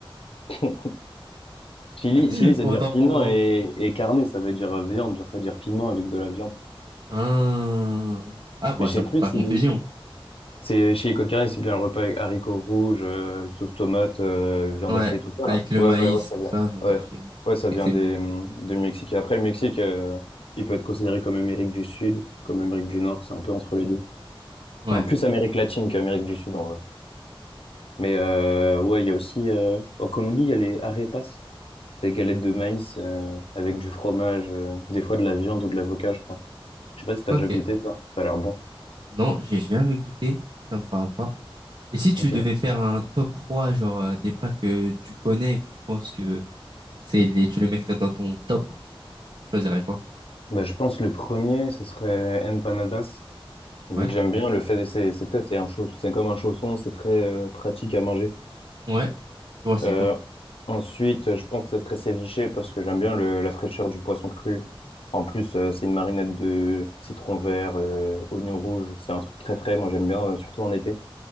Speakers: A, on the left; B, on the right.
A: <laughs> Chili,
B: <laughs>
A: chili, ça
B: Autant
A: veut dire piment
B: pour moi.
A: et, et carne, ça veut dire euh, viande, genre ça veut dire piment avec de la viande.
B: Ah, ah bah,
A: Mais je
B: ça
A: sais
B: porte
A: plus
B: à
A: si
B: confusion.
A: c'est chili con carne, c'est bien un repas avec haricots rouges, euh, sauce tomate, euh, viande
B: Ouais.
A: hachée, tout ça
B: Avec
A: là.
B: le
A: Ouais,
B: maïs,
A: ouais, ouais, ça
B: tout
A: vient.
B: ça, viande
A: Ouais,
B: hachée et tout.
A: ouais, ça vient
B: Et c'est
A: des
B: bon.
A: du Mexique. Et après, le Mexique, euh, il peut être considéré comme Amérique du Sud, comme Amérique du Nord, c'est un peu entre les deux.
B: Ouais.
A: Enfin, plus Amérique latine qu'Amérique du Sud en vrai. Mais euh, ouais, il y a aussi euh, en Colombie, il y a les arepas. Des galettes de maïs euh, avec du fromage, euh, des fois de la viande ou de l'avocat, je crois. Je sais pas si t'as
B: Ok.
A: déjà goûté ça. Ça a l'air bon.
B: Non, j'ai jamais goûté. Ça me parle pas. Et si tu
A: Ok.
B: devais faire un top 3 genre, euh, des plats que tu connais et que tu penses que C'est les, tu les mettrais dans ton top. Tu choisirais quoi?
A: Bah, je pense le premier, ce serait empanadas. Vu
B: Ouais.
A: que j'aime bien le fait, c'est c'est peut-être c'est un chausson, c'est comme un chausson, c'est très euh, pratique à manger.
B: Ouais. Je vois, c'est
A: Euh,
B: quoi?
A: ensuite, je pense que ce serait ceviche parce que j'aime bien le, la fraîcheur du poisson cru. En plus, euh, c'est une marinade de citron vert, euh, oignon rouge. C'est un truc très frais. Moi, j'aime bien, euh, surtout en été.